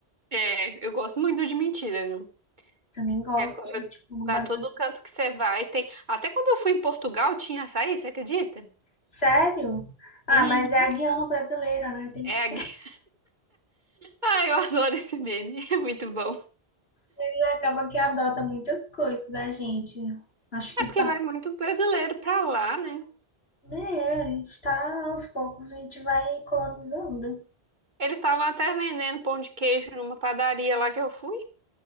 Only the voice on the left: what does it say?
Também gosto,
gente, com
banana.
Sério? Ah,
mas é a guiana brasileira, né? Tem
que
ele acaba que adota muitas coisas da gente. Acho que
pá,
né, a gente tá aos poucos, a gente vai colonizando.